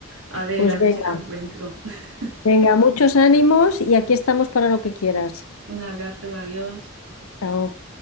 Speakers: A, on the right; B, on the left.
A: A ver,
B: Pues
A: a
B: venga,
A: ver si lo encuentro. <laughs>
B: venga, muchos ánimos y aquí estamos para lo que quieras.
A: Un abrazo, adiós.
B: Chao.